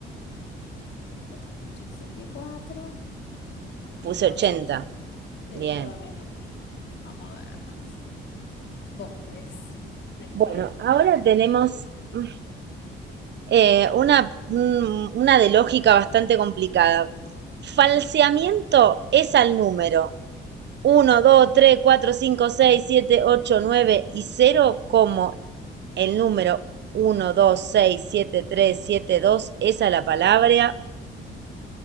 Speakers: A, on the left; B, on the right.
A: 8 por ocho, sesenta y cuatro
B: Puse
A: eh,
B: 80.
A: 80. Sí,
B: Bien.
A: yo también. Entonces, vamos a ver. ¿Vos querés la que
B: Bueno,
A: sigue?
B: ahora tenemos mm, eh, una, un- una de lógica bastante complicada. Falseamiento es al número uno, 2, 3, 4, 5, 6, 7, 8, 9 y cero como el número uno, dos, seis, siete, tres, siete, dos es a la palabra,